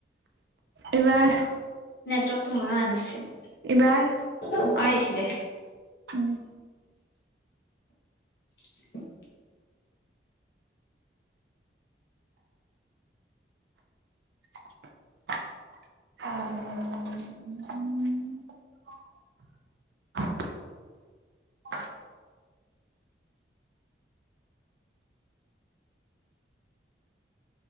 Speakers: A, on the right; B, on the left.
A: এইবাৰ
B: নেটৱৰ্কটো <inaudible>
A: এইবাৰ,
B: অ আহিছি দে
A: উম
B: <inaudible>
A: <inaudible>